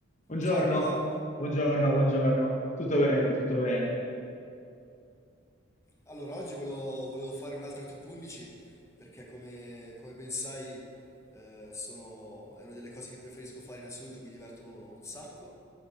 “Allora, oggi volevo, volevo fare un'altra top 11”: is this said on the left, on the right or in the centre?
Left